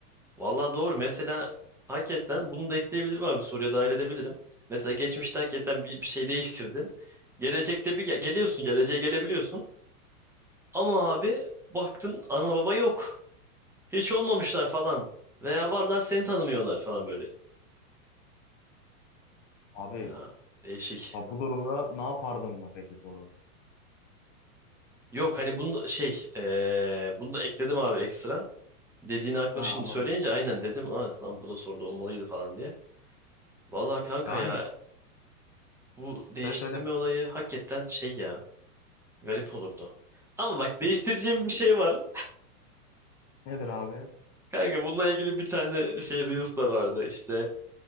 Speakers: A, in the centre; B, on the left.
A: Valla doğru. Mesela hakikaten bunu da ekleyebilirim abi. Soruya dahil edebilirim. Mesela geçmişte hakikaten bir, bir şey değiştirdin. Gelecekte bir ge- geliyorsun. Geleceğe gelebiliyorsun. Ama abi baktın ana baba yok. Hiç olmamışlar falan. Veya varlar seni tanımıyorlar falan böyle.
B: Abi
A: Ya değişik.
B: ha bu durumda ne yapardın mı peki soru?
A: Yok hani bunu da şey eee, bunu da ekledim abi ekstra. Dediğini aklıma
B: Ha
A: şimdi
B: anladım.
A: söyleyince aynen dedim. "Aa, lan bu da soruda olmalıydı falan diye. Vallahi kanka
B: Yani
A: ya bu değiştirme
B: söyle söyle.
A: olayı hakikaten şey ya garip olurdu. Ama bak değiştireceğim bir şey var.
B: Nedir abi?
A: Kanka bununla ilgili bir tane şey Reels da vardı işte